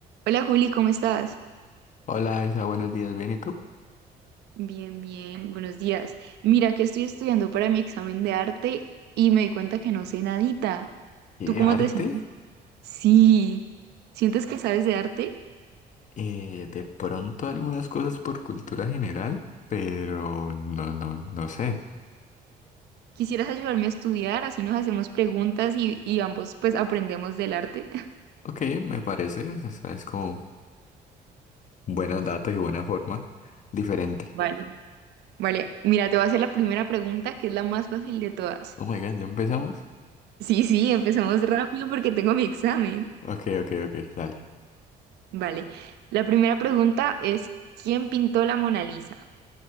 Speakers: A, on the right; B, on the left.
A: Hola Juli, ¿cómo estás?
B: Hola Isa, buenos días, ¿bien y tú?
A: Bien, bien, buenos días. Mira que estoy estudiando para mi examen de arte y me di cuenta que no sé nadita.
B: ¿Qué
A: ¿Tú cómo
B: arte?
A: te sientes? Sí, ¿sientes que sabes de arte?
B: Eh, de pronto algunas cosas por cultura general, pero no, no, no sé.
A: ¿Quisieras ayudarme a estudiar? Así nos hacemos preguntas y, y ambos pues aprendemos del arte. <laughs>
B: Ok, me parece, o sea, es como buenos datos y buena forma, diferente.
A: Vale. Vale, mira, te voy a hacer la primera pregunta que es la más fácil de todas.
B: Oh my God, ¿ya empezamos?
A: Sí, sí, empecemos rápido porque tengo mi examen.
B: Ok, ok, ok, dale.
A: Vale, la primera pregunta es, ¿quién pintó la Mona Lisa?